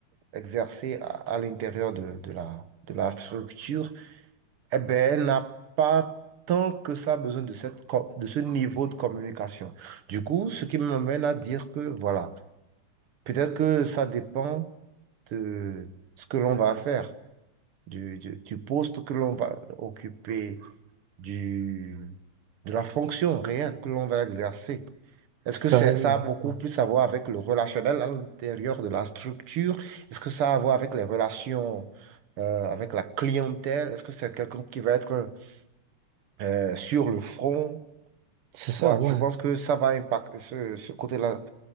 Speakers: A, on the right; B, on the right.
A: exercer à, à l'intérieur de, de la, de la structure, eh ben, elle n'a pas tant que ça besoin de cette, co- de ce niveau de communication. Du coup, ce qui me mène à dire que, voilà, peut-être que ça dépend de ce que l'on va faire, du, du- du poste que l'on va occuper, du, de la fonction réelle que l'on va exercer. Est-ce que
B: Carrément,
A: c'est- ça a beaucoup
B: ouais.
A: plus à voir avec le relationnel à l'intérieur de la structure? Est-ce que ça a à voir avec les relations euh, avec la clientèle? Est-ce que c'est quelqu'un qui va être euh, sur le front?
B: C'est
A: Tu
B: ça,
A: vois,
B: ouais,
A: je pense que ça va impacter ce, ce côté-là